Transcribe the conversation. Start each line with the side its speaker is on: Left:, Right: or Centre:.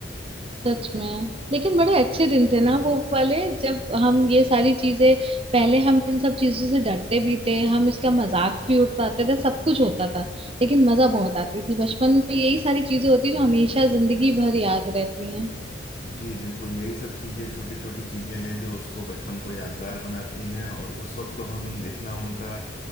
Right: सच में लेकिन बड़े अच्छे दिन थे ना वो वाले जब हम ये सारी चीजें पहले हम इन सब चीजों से डरते भी थे हम इसका मजाक भी उड़ाते थे सब कुछ होता था लेकिन मजा बहुत आती थी बचपन में यही सारी चीजें होती जो हमेशा जिंदगी भर याद रहती हैं
Left: जी बिल्कुल यही सब चीजें छोटी छोटी चीजें हैं जो उसको बचपन को यादगार बनाती हैं और उस वक्त तो हम इतना उनका